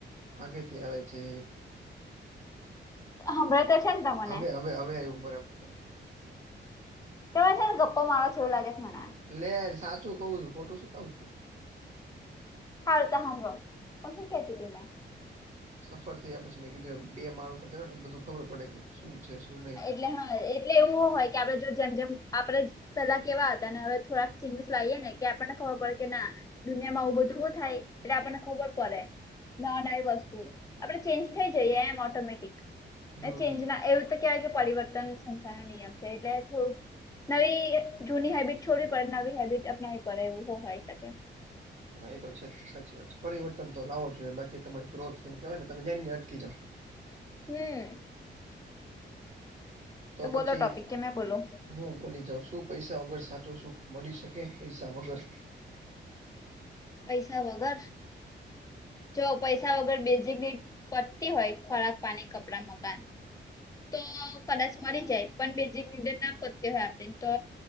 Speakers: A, on the right (about 40°); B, on the left (about 20°).
A: આગે થી આવે છે
B: હમણાં તો છે ને તમને
A: આવે આવે આવે ઉપર આવ્યું
B: તમે છે ને ગપ્પા મારો છે એવું લાગે મને
A: લે સાચું કવું છું ખોટું શું કામ
B: હાલતા હામડો પણ શું કેતી તીમે
A: સફળ થયા પછી મે કીધું એમ બે માળ ઉપર ચડે એટલે બધું ખબર પડે કે શું છે શું નહી
B: ટલે હા એટલે એવું ઓ હોય કે આપડે જો જેમ જેમ આપડે પેલા કેવા હતા હવે થોડાક ચેન્જીસ લાવીએ ને કે આપણને ખબર પડે કે ના દુનિયામાં આવું બધું બો થાય એટલે આપણને ખબર પડે નવી નવી વસ્તુ આપડે ચેન્જ થઈ જઈએ એમ ઓટોમેટિક ને
A: હમ
B: ચેન્જ ના એવું કેવાય કે પરિવર્તન સંસાર નો નિયમ છે એટલે થોડુંક નવી જૂની હેબિટ છોડવી પડે નવી હેબિટ અપનાવી પડે અમે હો હોય શકે
A: હા એ તો છે સાચી વાત છે પરિવર્તન તો લાવવો જોઈએ બાકી તમારી ગ્રોથ અમે કેવાય ને તમે જ્યા અટકી જાવ
B: હમ
A: તો પછી
B: બોલો ટોપિક કે મેં બોલો
A: હું બોલી જઉસ શું પૈસા વગર સાચુ સુખ મળી શકે પૈસા વગર
B: પૈસા વગર જો પૈસા વગર બેઝિક દીઠ પતતી હોય ખોરાક પાણી કપડાં મકાન તો કદાચ મળી જાય પણ બેઝિક નિડર ના પતતી હોય આપડી તો